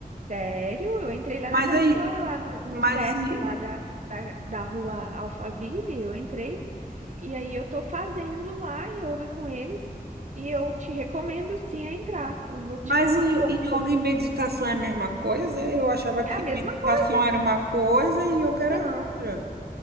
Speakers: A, on the right; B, on the right.
A: Sério? Eu entrei lá
B: Mas
A: naquela
B: aí,
A: escola, lá no, no
B: mas
A: Sesc,
B: e-
A: lá da, da, da rua Alphaville, eu entrei. E aí eu tô fazendo lá yoga com eles. E eu te recomendo sim a entrar. Eu vou te
B: Mas
A: falar
B: e,
A: um pouco
B: e
A: sobre.
B: yoga e meditação é a mesma coisa? Eu achava que
A: É a mesma
B: meditação
A: coisa.
B: era uma coisa e yoga
A: Não.
B: era outra.